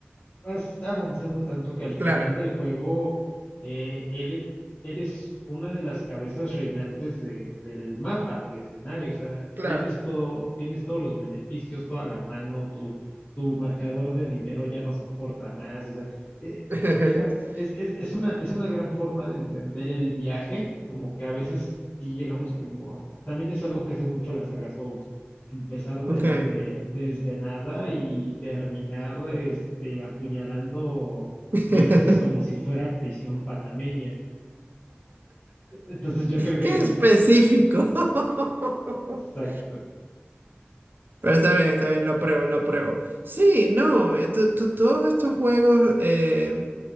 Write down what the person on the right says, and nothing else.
Claro,
claro.
<laughs>
Ok.
<laughs>
Qué específico. <laughs>
Pero está bien, está bien, lo apruebo, lo apruebo. Sí, no, eh, to- to- todos estos juegos, eh,